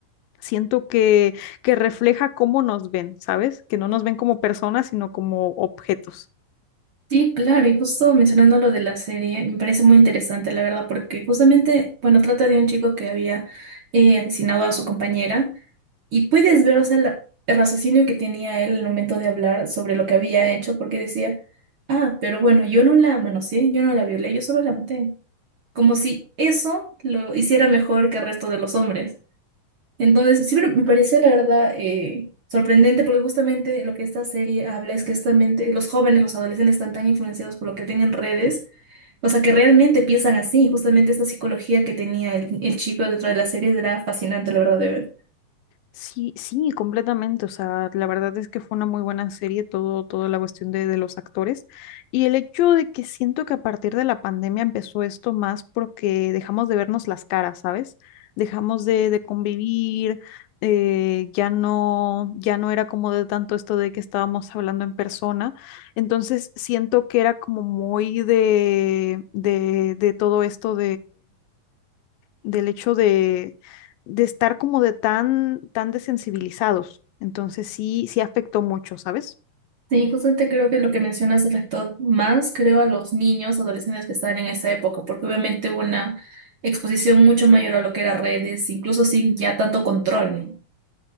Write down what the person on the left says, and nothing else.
Siento que, que refleja cómo nos ven, ¿sabes? Que no nos ven como personas, sino como objetos.
Sí, sí, completamente. O sea, la verdad es que fue una muy buena serie, todo, toda la cuestión de, de los actores. Y el hecho de que siento que a partir de la pandemia empezó esto más porque dejamos de vernos las caras, ¿sabes? Dejamos de, de convivir, eh, ya no, ya no era como de tanto esto de que estábamos hablando en persona. Entonces siento que era como muy de, de, de todo esto del hecho de, de estar como de tan, tan desensibilizados. Entonces sí, sí afectó mucho, ¿sabes?